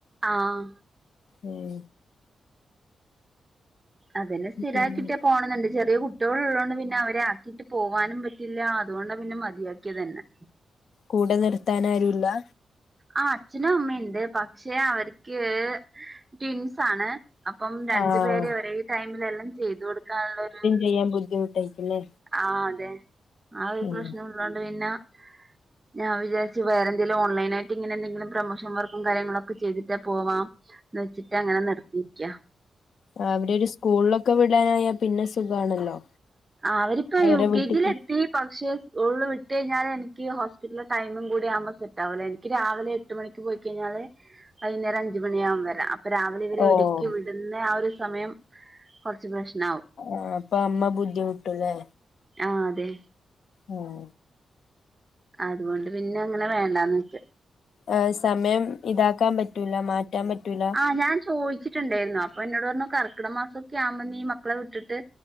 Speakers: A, on the right; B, on the left.
A: ആഹ്
B: ഉം
A: അതെന്നെ സ്ഥിരായിക്കിട്ടിയാ
B: പിന്നെ
A: പോണന്ന്ണ്ട് ചെറിയ കു ട്ട്യാളുള്ളോണ്ട് പിന്നെ അവരെ ആക്കിയിട്ട് പോവാനും പറ്റില്ല അതുകൊണ്ടാ പിന്നെ മതിയാക്കിയതന്നെ
B: കൂടെ നിർത്താനാരൂല്ലാ?
A: ആഹ് അച്ഛനും അമ്മയുണ്ട് പക്ഷെ അവർക്ക് ട്വിൻസാണ് അപ്പം രണ്ടു
B: ആഹ്
A: പേരെ ഒരേ ടൈമിലെല്ലാം ചെയ്തു കൊടുക്കാനുള്ളരു
B: യ്യാൻ ബുദ്ധിമുട്ടായിക്കുല്ലേ
A: ആഹ് അതെ ആ ഒരു
B: ഉം
A: പ്രശ്നം ഉള്ളോണ്ട് പിന്നെ ഞാൻ വിചാരിച്ച് വേറെന്തങ്കിലു ഓൺലൈൻ ആയിട്ട് ഇങ്ങനെന്തെങ്കിലും പ്രൊമോഷൻ വർക്കു കാര്യങ്ങളൊക്കെ ചെയ്തിട്ട് പോവാം ന്ന് വെച്ചിട്ട് അങ്ങനെ നിർത്തിയിരിക്ക
B: ആഹ് അവരെരു സ്കൂള്ളൊക്കെ വിടാനായാ പിന്നെ സുഖാണല്ലോ
A: ആഹ് അവരിപ്പ
B: അവരെ
A: യു കെ
B: വിട്ടിട്ട്
A: ജി ലെ ഈ പക്ഷേ സ്കൂള്ള് വിട്ട് കഴിഞ്ഞാല് എനിക്ക് ഹോസ്പിറ്റലിലെ ടൈമും കൂടി ആവുമ്പോ സെറ്റ് ആവൂല എനിക്ക് രാവിലെ ട്ട് മണിക്ക് പോയി കഴിഞ്ഞാല് വൈകുന്നേരം അഞ്ച് മണി ആകും വരാ അ പ്പൊ രാവിലെ ഇവരെ
B: ഓഹ്
A: ഒരുക്കി വിടുന്ന ആ ഒരു സമയം കുറച്ച് പ്രശ്നാവു
B: ആഹ് അപ്പൊ അമ്മ ബുദ്ധിമുട്ടുല്ലേ
A: ആഹ് അതെ
B: ഉം
A: അതുകൊണ്ട് പിന്നെങ്ങനെ വേണ്ടാന്ന് വച്ചു
B: ഏഹ് സമയം ഇതാക്കാൻ പറ്റൂല മാറ്റാൻ പറ്റൂല
A: ആഹ് ഞാൻ ചോദിച്ചിട്ട്ണ്ടായിരുന്നു അപ്പൊ എന്നോട് പറഞ്ഞു കർക്കിട മാസൊക്കെ ആവുമ്പന്നീ മക്കളെ വിട്ടിട്ട്